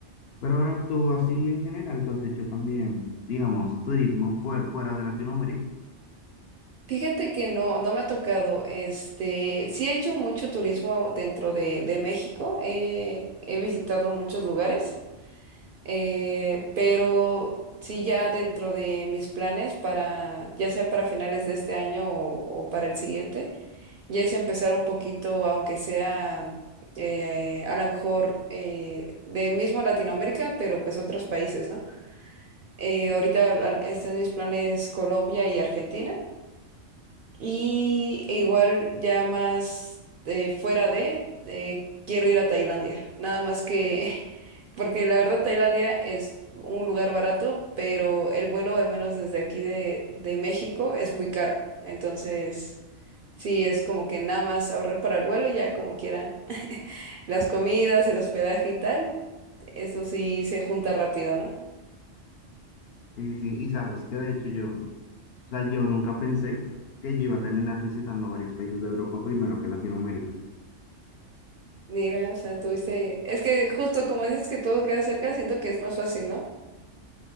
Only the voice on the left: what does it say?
Pero ahora tú así en general, tú has hecho también, digamos, turismo fuera, fuera de Latinoamérica.
Sí, sí, y sabes que de hecho yo, o sea, yo nunca pensé que yo iba a terminar visitando varios países de Europa primero que Latinoamérica.